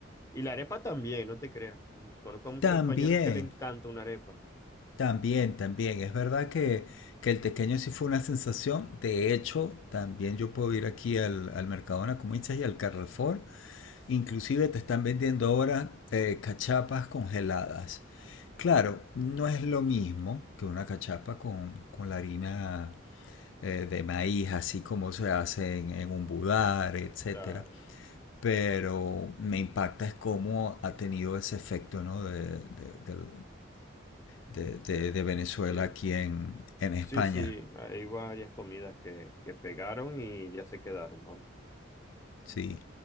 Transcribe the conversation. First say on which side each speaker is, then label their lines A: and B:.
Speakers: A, on the left; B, on the left.
A: Y la arepa también, no te creas. Conozco a muchos
B: También,
A: españoles que le encanta una arepa.
B: también, también. Es verdad que, que el tequeño sí fue una sensación. De hecho, también yo puedo ir aquí al, al Mercadona, como dices, y al Carrefour Inclusive te están vendiendo ahora eh, cachapas congeladas. Claro, no es lo mismo que una cachapa con, con la harina eh, de maíz, así como se hace en, en un budar, etcétera.
A: Claro.
B: Pero me impacta es cómo ha tenido ese efecto, ¿no? de, de- de- de- de Venezuela
A: Sí,
B: aquí en, en España.
A: sí, sí. Hay varias comidas que, que pegaron y ya se quedaron, vamos.
B: Sí,